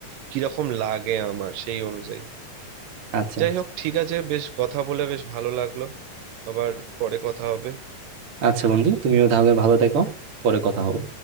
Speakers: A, on the right; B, on the right.
A: কিরকম লাগে আমার সেই অনুযায়ী
B: আচ্ছা
A: যাই
B: আচ্ছা
A: হোক ঠিক আছে বেশ কথা বলে বেশ ভালো লাগলো আবার পরে কথা হবে
B: আচ্ছা বন্ধু তুমিও তাহলে ভালো থেকো পরে কথা হবে